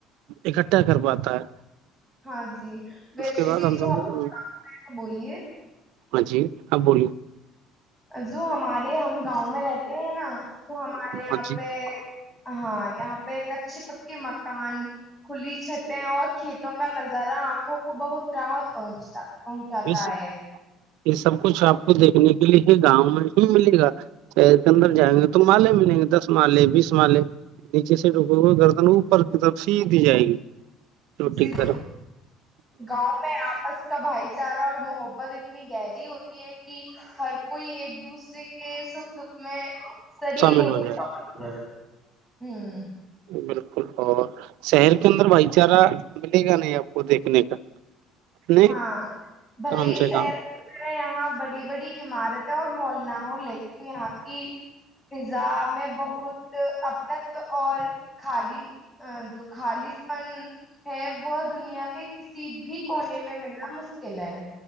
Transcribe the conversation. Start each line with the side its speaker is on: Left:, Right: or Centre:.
Right: اکٹھا کر پاتا ہے
Centre: ہاں جی ویش
Right: اس کے بعد
Centre: بھی
Right: ہم
Centre: جو
Right: سب کو
Centre: بولیے
Right: ہاں جی کب بولیے
Centre: جو ہمارے ہم گاؤں میں رہتے ہیں نا تو ہمارے یہاں
Right: ہاں جی
Centre: پہ ہاں یہ یہاں پہ کچے پکے مکان کھلی چھتیں اور کھیتوں کا نظارہ آنکھوں کو بہت راحت پہنچتا پنچاتا
Right: اس
Centre: ہے
Right: یہ سب کچھ آپ کو دیکھنے کے لیے ہی گاؤں میں ہی ملے گا چ تندر جگ تو مالے ملیں گے دس مالے بیس مالے نیچے سے ڈوکے ہوئے گردن ہو کتاب سی دی جائے گی چوٹی
Centre: جی
Right: کی طرف
Centre: گاؤں میں آپس کا بھائی چارہ اور محبت اتنی گہری ہوتی ہے کہ ہر کوئی ایک دوسرے کے سکھ دکھ میں شریک
Right: شامل
Centre: ہوتا
Right: ہو جائے گی
Centre: ہوں
Right: بالکل اور شہر کے اندر بھائی چارہ ملے گا نہیں آپ کو دیکھنے کا نہیں
Centre: ہاں بھلے
Right: کام
Centre: ہی
Right: سے
Centre: سیر
Right: کام
Centre: یہاں بڑی بڑی عمارتیں اور مول نہ ہو لیکن یہاں کی فضا میں بہت تو اور خالی ا جو خالی ہے وہ دنیا کے ک بھی کونے میں مل رہا م کے ل ہے <unintelligible>